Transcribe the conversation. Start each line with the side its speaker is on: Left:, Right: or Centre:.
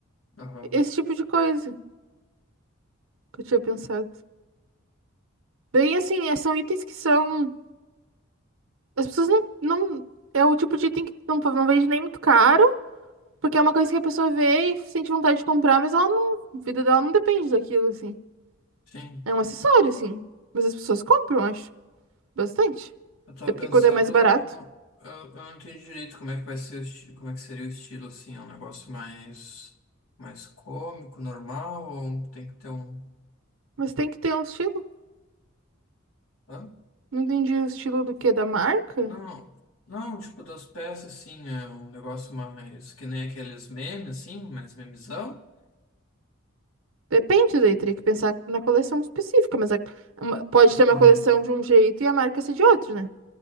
Left: aham.
Right: Esse tipo de coisa que eu tinha pensado. Bem, assim, é- são itens que são. As pessoas não, não. É o tipo de item que não, não vende nem muito caro, porque é uma coisa que a pessoa vê e sente vontade de comprar, mas ela não. A vida dela não depende daquilo, assim.
Left: Sim.
Right: É um acessório, assim. Mas as pessoas compram, acho. Bastante.
Left: Eu tava
Right: Até porque
Left: pensando,
Right: quando é mais barato.
Left: eu, eu não entendi direito como é que vai ser o estilo, como é que seria o estilo assim, é um negócio mais mais cômico, normal, ou um- tem que ter um.
Right: Mas tem que ter um estilo.
Left: Hã?
Right: Não entendi o estilo do quê? Da marca?
Left: Não, não, tipo das peças assim, é um negócio mais que nem aqueles memes, assim, mais memezão.
Right: Depende, daí teria que pensar na coleção específica, mas a- uma- pode ter uma
Left: Uhum.
Right: coleção de um jeito e a marca ser de outro, né?